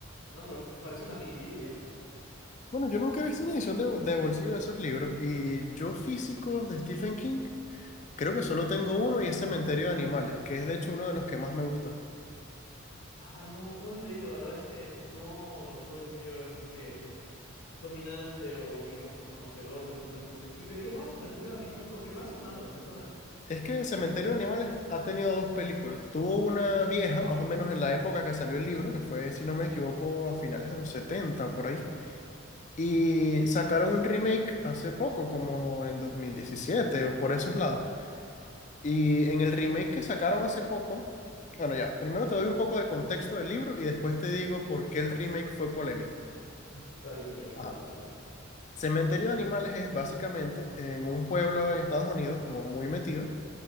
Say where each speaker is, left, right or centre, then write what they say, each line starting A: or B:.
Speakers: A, on the left; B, on the left.
A: no, me parece una mini Biblia.
B: Bueno, yo nunca he visto una edición de, de bolsillo de esos libros y yo físicos de Stephen King creo que solo tengo uno y es Cementerio de Animales, que es de hecho uno de los que más me gusta.
A: Ah, no, no lo he leído, la verdad es que no soy muy ahora sí que dominante o digamos que conocedor del tema de Stephen King. ¿De qué va Cementerio de Animales? Porque me ha sonado, me suena.
B: Es que Cementerio de Animales ha tenido dos películas. Tuvo una vieja, más o menos en la época que salió el libro, que fue, si no me equivoco, a finales de los 70 por ahí. Y sacaron un remake hace poco, como en 2017 o por esos lados. Y en el remake que sacaron hace poco, bueno, ya, primero te doy un poco de contexto del libro y después te digo por qué el remake fue polémico.
A: Está bien, está bien,
B: Ajá.
A: a ver, dale.
B: Cementerio de Animales es básicamente en un pueblo en Estados Unidos, como muy metido